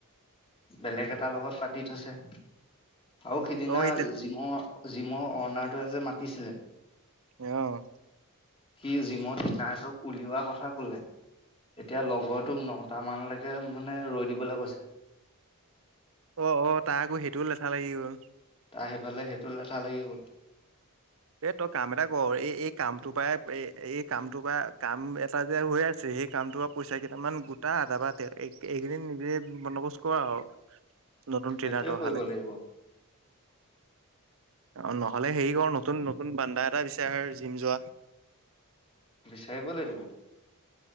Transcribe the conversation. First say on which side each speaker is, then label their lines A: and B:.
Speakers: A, on the left (about 25°); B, on the right (about 65°).
A: বেলেগ এটাৰ লগত পাতি থৈছে। আৰু সিদিনা
B: অ সি তেনে
A: জিমৰ জিমৰ অ'ণাৰটোৱেযে মাতিছিলে।
B: অঁ।
A: সি জিমত কিনাৰটোক উলিওৱা কথা কলে, এতিয়া লগৰটোক নটামানলৈকে মানে ৰৈ দিবলৈ কৈছে।
B: অঁ অঁ' তাৰ আকৌ সেইটোও লেঠা লাগি গ'ল।
A: তাৰ সেইফালে সেইটো লেঠা লাগি গ'ল।
B: এ তই কাম এটা কৰ, এই এই কামটোৰ পৰাই এই কামটোৰ পৰা কাম এটা যে হৈ আছে সেই কামটোৰ পৰা পইচা কেইটামান গোটা তাৰ পৰা এইকেইদিন নিজে বন্দবস্ত কৰ আৰু নতুন
A: সেইটোৱে
B: ট্ৰেইনাৰটো অহা
A: কৰিব
B: লৈকে।
A: লাগিব
B: অ' নহ'লে হেৰি কৰ নতুন নতুন বানদা এটা বিচাৰ আৰু জিম যোৱা।
A: বিচাৰিব লাগিব।